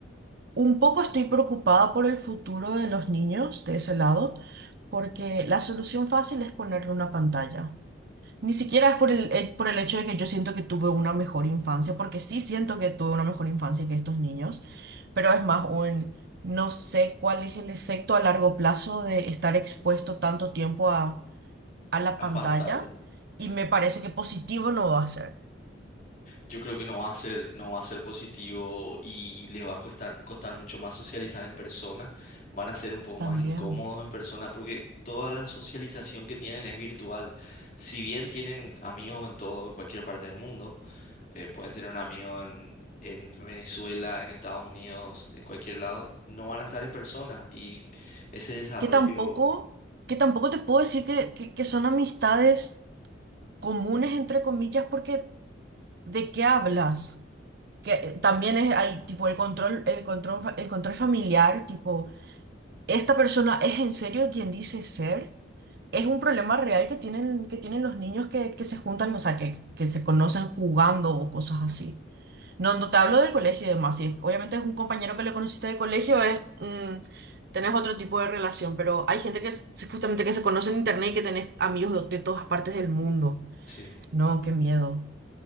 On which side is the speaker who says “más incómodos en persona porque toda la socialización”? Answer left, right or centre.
Left